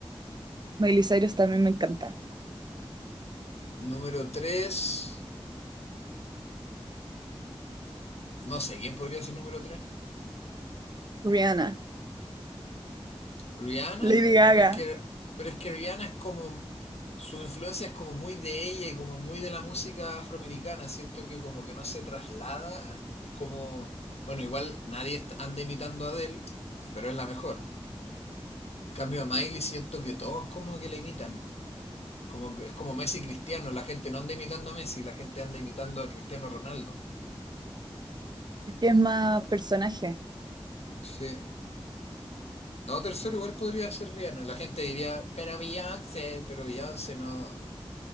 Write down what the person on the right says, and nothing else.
Miley Cyrus también me encanta.
Rihanna,
Lady Gaga,
que es más personaje.